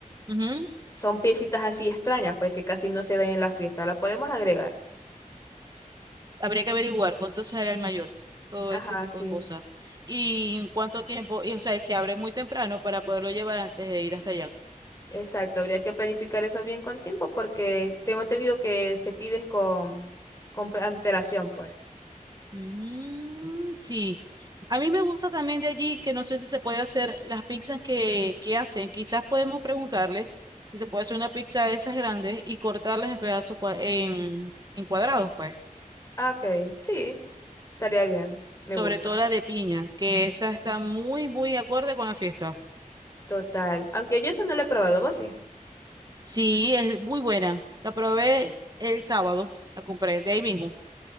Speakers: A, on the right; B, on the left.
A: Ujú.
B: Son piecitas así extrañas, pues que casi no se ven en la fiesta. Las podemos agregar.
A: Habría que averiguar cuánto sale el mayor, todo
B: Ajá,
A: ese tipo
B: sí,
A: de cosas. Y en cuánto tiempo, y o sea, se abre muy temprano para poderlo llevar antes de ir hasta allá.
B: exacto. Habría que planificar eso bien con tiempo porque tengo entendido que se pides con, con pre- antelación, pues.
A: Mm, sí, a mí me gusta también de allí que no sé si se puede hacer las pizzas que, que hacen. Quizás podemos preguntarle si se puede hacer una pizza de esas grandes y cortarlas en pedazos cua- en, en cuadrados, pues.
B: Ah, ok, sí, estaría bien. Me
A: Sobre
B: gusta.
A: todo la de piña, que esa está muy, muy acorde con la fiesta.
B: Total. Aunque yo eso no lo he probado, vos sí.
A: Sí, es muy buena. La probé el sábado, la compré de ahí mismo.